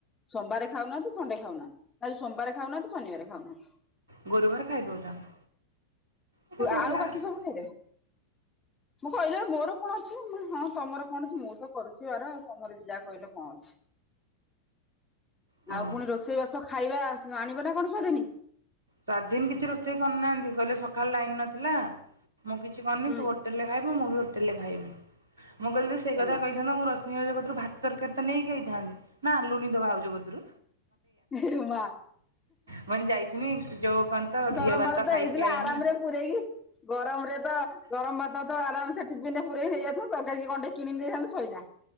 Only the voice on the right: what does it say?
ଗୁରୁବାର ଖାଇ ଦଉଛନ୍ତି। ଏତେ ବୋବଲା
ହୁଁ
ହଁ
ସ୍ଵାଧୀନ କିଛି ରୋଷେଇ କରୁନାହାନ୍ତି କହିଲେ ସକାଳ ଲାଇନ ନଥିଲା। ମୁଁ କିଛି କରିନି
ତୁ ହୋଟେଲ ରେ ଖାଇବ ମୁଁ ବି ହୋଟେଲ ରେ ଖାଇବି ମୁଁ କହିଲି ସେଇ
କଥା କହିଥାନ୍ତା ମୁଁ ରୋଷେଇ ଜଗତରୁ ଭାତ, ତରକାରୀ ତ ନେଇକି ଆଇଥାନ୍ତି ନା ଆଣିଲୁନି ତୋ ଭାଉଜ କତୁରୁ।
କହିନି ଯାଇଥିନି ଯୋଉ କଣ ତ
ଘିଅ ଭାତ
ଖାଇକି
ଆଇନି।